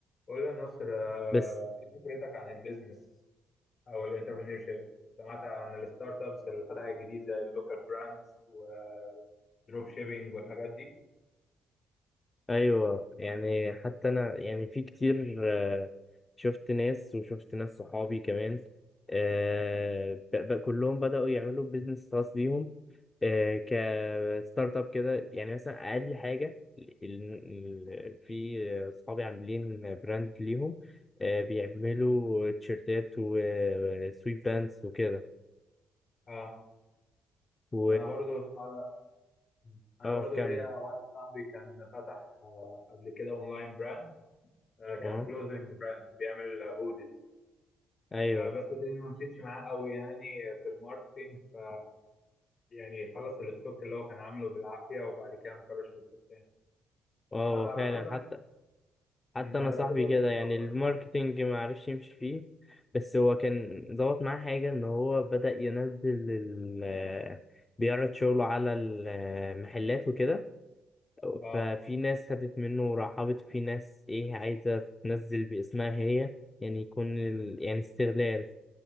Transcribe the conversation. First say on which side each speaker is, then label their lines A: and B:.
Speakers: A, on the left; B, on the left.
A: قول لي يا نصر آه،
B: بس
A: ايه فكرتك عن البيزنس او الانتربرينورشيب سمعت عن الستارت ابس اللي فتحت جديد زي اللوكال براندز والدروب شيبينج والحاجات دي
B: ايوه يعني حتى انا يعني في كتير آه، شفت ناس وشفت ناس صحابي كمان آه، ب- ب- كلهم بدأوا يعملوا بيزنس خاص بيهم آه، كستارت اب كده يعني مثلا اقل حاجه ال- ال- في صحابي عاملين براند ليهم آه، بيعملوا تيشيرتات وسويت باندز وكده
A: اه
B: و
A: انا برضو صح- انا
B: اه
A: برضو
B: كمل
A: ليا واحد صاحبي كان فتح آه، قبل كده اونلاين براند آه، كان
B: اه
A: كلوزنج براند بيعمل هوديز
B: ايوه
A: بس الدنيا ما مشيتش معاه قوي يعني في الماركتينج ف يعني خلص الستوك اللي هو كان عامله بالعافية وبعد كده ما كررش الستوك تاني
B: اه
A: فأنا
B: هو فعلا
A: بشوف
B: حتى
A: مم،
B: حتى
A: انا
B: انا صاحبي
A: بشوف ان
B: كده
A: اللوكر
B: يعني الماركتينج ما عرفش يمشي فيه بس هو كان ظبط معاه حاجه ان هو بدأ ينزل ال بيعرض شغله على المحلات وكده
A: اه
B: ففي ناس خدت منه ورحبت في ناس ايه عايزه تنزل باسمها هي يعني يكون ال... يعني استغلال